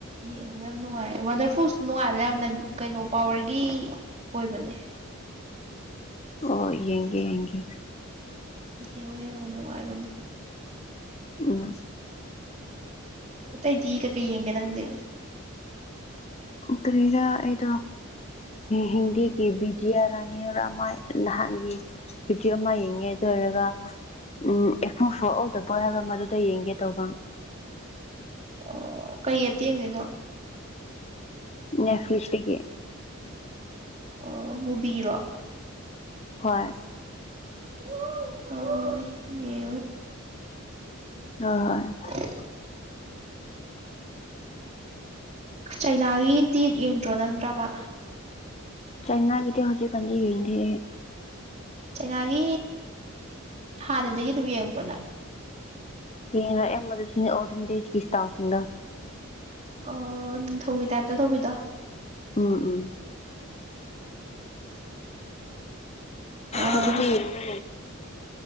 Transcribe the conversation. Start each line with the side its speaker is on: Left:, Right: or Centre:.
Right: ꯌꯦꯡꯕ ꯌꯥꯝ ꯅꯨꯡꯉꯥꯏ ꯋꯥꯇꯔ ꯄ꯭ꯔꯨꯐꯁꯨ ꯅꯨꯡꯉꯥꯏꯕꯅꯦ ꯌꯥꯝꯅ ꯀꯩꯅꯣ ꯄꯋꯔꯒꯤ ꯑꯣꯏꯕꯅꯦ
Left: ꯑꯣ ꯌꯦꯡꯒꯦ ꯌꯦꯡꯒꯦ
Right: ꯌꯦꯡꯉꯣ ꯌꯦꯡꯉꯣ ꯅꯨꯡꯉꯥꯏꯕꯅꯦ
Left: ꯎꯝ
Right: ꯑꯇꯩꯗꯤ ꯀꯩꯀꯩ ꯌꯦꯡꯒꯦ ꯅꯪꯗꯤ
Left: ꯀꯔꯤꯗꯥ ꯑꯩꯗ ꯍꯤꯟꯗꯤꯒꯤ ꯕꯤꯗꯤꯌꯥ ꯔꯥꯅꯤ ꯔꯃꯥꯏꯟ ꯅꯍꯥꯟꯒꯤ ꯕꯤꯗꯤꯑꯣ ꯑꯃ ꯌꯦꯡꯉꯦ ꯑꯗꯨ ꯑꯣꯏꯔꯒ ꯎꯝ ꯑꯦꯐ ꯑꯣ ꯐꯣꯔ ꯑꯣꯗꯕꯣꯏ ꯍꯥꯏꯕ꯭ꯔꯥ ꯃꯗꯨꯗ ꯌꯦꯡꯒꯦ ꯇꯧꯕ
Right: ꯑꯣ ꯀꯩ ꯑꯞꯇꯦꯡꯗꯣꯏꯅꯣ
Left: ꯅꯁꯂꯤꯁꯦ
Right: ꯑꯣ ꯃꯨꯕꯤꯔꯣ
Left: ꯍꯣꯏ
Right: ꯍ
Left: ꯍꯣꯏ ꯍꯣꯏ
Right: ꯎ ꯆꯩꯅꯥꯒꯤꯗꯤ ꯌꯦꯡꯗ꯭ꯔꯣ ꯅꯪꯗ꯭ꯔꯕ
Left: ꯆꯥꯏꯅꯥꯒꯤꯗꯤ ꯍꯧꯖꯤꯛ ꯀꯥꯟꯗꯤ ꯍꯗꯦ
Right: ꯆꯩꯅꯥꯒꯤ ꯍꯥꯟꯅꯗꯒꯤ ꯑꯗꯨꯝ ꯌꯦꯡꯉꯕ꯭ꯔꯣꯅ
Left: ꯀꯅ ꯑꯍꯃꯗꯁꯤꯡ ꯑꯣꯗꯗꯀꯤꯁꯇꯥꯁꯤꯡꯅ
Right: ꯑꯣ ꯅꯤꯡꯊꯧꯒꯤ ꯇꯥꯏꯞꯇ ꯇꯧꯕꯤꯗꯣ
Left: ꯎꯝ ꯎꯝ
Right: ꯑꯥ
Left: ꯃꯗꯨꯗꯤ ꯌꯦꯡꯕ꯭ꯔꯥ